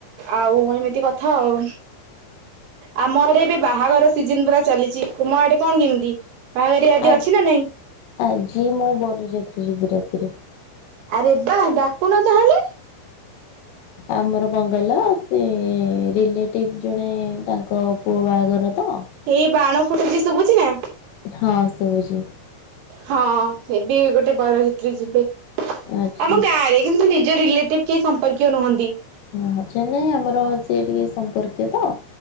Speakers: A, on the right; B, on the left.
A: ଆଉ ଏମିତି କଥା ଆଉ। ଆମ ଆଡେ ଏବେ ବାହାଘର ସିଜନ ପୁରା ଚାଲିଛି, ତୁମ ଆଡେ କଣ କେମିତି? ବାହାଘରିଆ ଆଜି
B: ଆ
A: ଅଛି ନା ନାଇଁ?
B: ଆଜି ମୁଁ ବର ଯାତ୍ରୀ ଯିବି ରାତିରେ।
A: ଆରେ ବାଃ, ଡାକୁନ ତାହେଲେ?
B: ଆମର କଣ କହିଲ? ସେ ରିଲେଟିଭ୍ ଜଣେ ତାଙ୍କ ପୁଅ ବାହାଘର ତ
A: ଏଇ ବାଣ ଫୁଟୁଛି ଶୁଭୁଛିି ନା।
B: ହଁ ଶୁବୁଛି।
A: ହଁ ଏବେ ଗୋଟେ ବରଯାତ୍ରୀ ଯିବେ,
B: ଆଚ୍ଛା
A: ଆମ ଗାଁରେ। କିନ୍ତୁ ନିଜ ରିଲେଟିଭ କେହି ସମ୍ପର୍କୀୟ ନାହାଁନ୍ତି।
B: ଓହୋ ଅଛନ୍ତି, ଆମର ସେଇ ଟିକେ ସମ୍ପର୍କୀୟ ତ